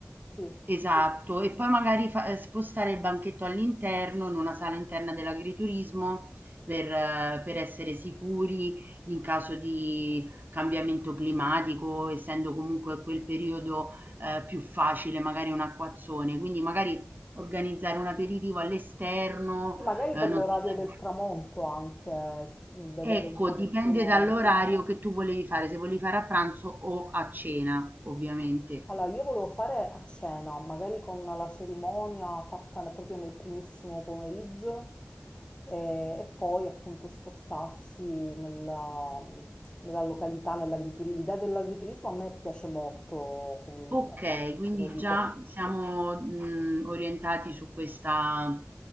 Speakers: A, on the left; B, on the right.
A: Sì.
B: Esatto, e poi magari fa ehm, spostare il banchetto all'interno, in una sala interna dell'agriturismo per eh, per essere sicuri in caso di cambiamento climatico, essendo comunque quel periodo, ehm, più facile magari un acquazzone. Quindi magari organizzare un aperitivo all'esterno,
A: Sì, magari
B: ehm,
A: per
B: non
A: l'orario
B: si sa
A: del tramonto anche, s- vedere
B: ecco,
A: un pochettino.
B: dipende dall'orario che tu volevi fare, se volevi fare a pranzo o a cena, ovviamente.
A: Allora, io volevo fare a cena, magari con la cerimonia fatta ne- proprio nel primissimo pomeriggio eh, e, poi appunto spostarsi nella, nella località, nell'agriturismo. L'idea dell'agriturismo a me piace molto comunque,
B: Okay, quindi
A: te lo dico.
B: già siamo, mhmm, orientati su questa,